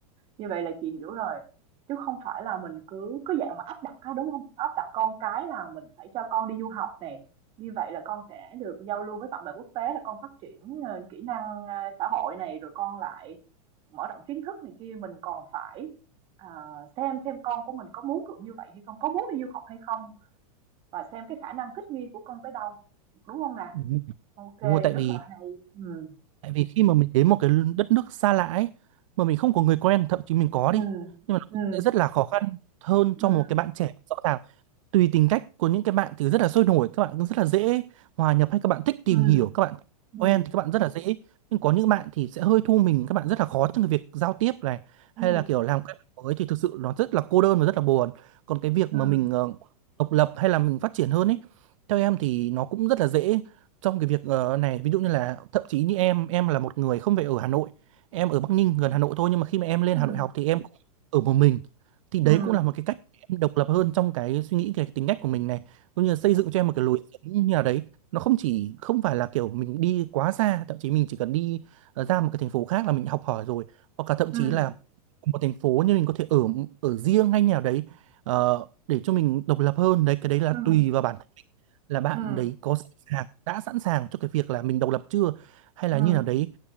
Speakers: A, on the right; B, on the right.
A: như vậy là chị hiểu rồi. Chứ không phải là mình cứ cứ dạng mà áp đặt á đúng không? Áp đặt con cái là mình phải cho con đi du học này như vậy là con sẽ được giao lưu với bạn bè quốc tế là con phát triển, ờ, kỹ năng, a, xã hội này, rồi con lại mở rộng kiến thức này kia, mình còn phải, ờ, xem xem con của mình có muốn được như vậy hay không, có muốn đi du học hay không. và xem cái khả năng thích nghi của con tới đâu đúng không nè
B: Ừ.
A: ok
B: đúng rồi tại
A: rất
B: vì
A: là hay ừ
B: tại vì khi mà mình đến một cái đất nước xa lạ ấy mà mình không có người quen thậm chí mình có
A: ừ
B: đi nhưng mà nó
A: ừ
B: cũng sẽ rất là khó khăn hơn
A: ừ
B: cho một cái bạn trẻ rõ ràng tùy tính cách của những cái bạn thì rất là sôi nổi các bạn cũng rất là dễ hòa nhập hay các bạn thích tìm
A: ừ
B: hiểu các bạn
A: ừ
B: quen thì các bạn rất là dễ nhưng có những bạn thì sẽ hơi thu mình các bạn rất là khó trong cái việc giao tiếp này
A: ừ
B: hay là kiểu làm quen với mới thì thực sự nó rất là cô đơn và rất là buồn còn cái việc
A: ừ
B: mà mình ờ, độc lập hay là mình phát triển hơn ấy theo em thì nó cũng rất là dễ trong cái việc ờ, này ví dụ như là thậm chí như em em là một người không phải ở Hà Nội em ở Bắc Ninh gần Hà Nội thôi nhưng mà khi mà em lên
A: ừ
B: Hà Nội học thì em cũng ở một mình thì đấy
A: ừ
B: cũng là
A: ừ
B: một cái cách em độc lập hơn trong cái suy nghĩ cái tính cách của mình này cũng như là xây dựng cho em một cái lối sống như nào đấy nó không chỉ không phải là kiểu mình đi quá xa thậm chí mình chỉ cần đi ờ, ra một cái thành phố khác là mình học hỏi rồi hoặc là thậm
A: ừ
B: chí là một thành phố nhưng mình có thể ở ở riêng hay nhà đấy ờ, để cho mình độc lập hơn đấy cái đấy là
A: ừ
B: tùy vào bản thân mình là bạn
A: ừ
B: đấy có sẵn sàng đã sẵn sàng cho cái việc là mình độc lập chưa hay
A: ừ
B: là như nào đấy